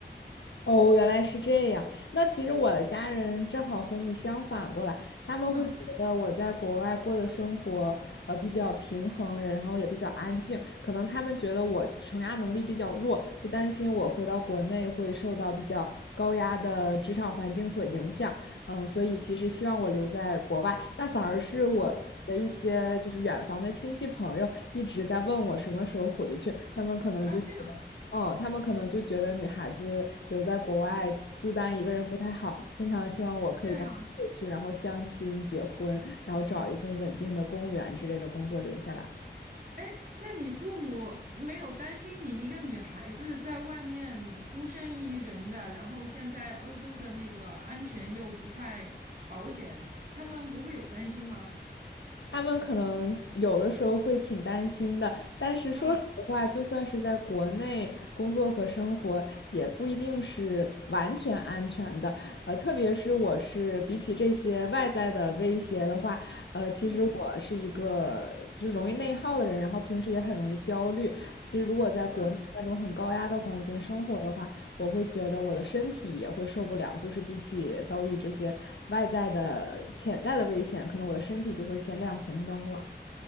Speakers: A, on the left (about 80°); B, on the right (about 50°).
A: 哦，原来是这样。那其实我的家人正好和你相反过来，他们会觉得我在国外过的生活，
B: 嗯
A: 呃，比较平衡，然后也比较安静。可能他们觉得我承压能力比较弱，就担心我回到国内会受到比较高压的职场环境所影响，嗯，所以其实希望我留在国外，但反而是我的一些就是远房的亲戚朋友一直在问我什么时候回去，
B: 嗯
A: 他们可能就觉得，
B: 啊，这样。
A: 嗯，他们可能就觉得女孩子留在国外孤单一个人不太好，经常希望我可以赶紧回去，
B: 对啊，
A: 然后相亲、结婚，然后找一份稳定的公务员之类的工作留下来。
B: 哎，那你父母没有担心你一个女孩子在外面孤身一人的，然后现在欧洲的那个安全又不太保险，他们不会有担心吗？
A: 他们可能有的时候会挺担心的，但是说实话，
B: 嗯
A: 就算是在国内工作和生活，也不一定是完全安全的。呃，特别是我是比起这些外在的威胁的话，呃，其实我是一个就是容易内耗的人，
B: 嗯
A: 然后平时也很容易焦虑。其实如果在国内那种很高压的环境生活的话，
B: 嗯，
A: 我会觉得我的身体也会受不了。就是比起遭遇这些外在的潜在的危险，可能我的身体就会先亮红灯了。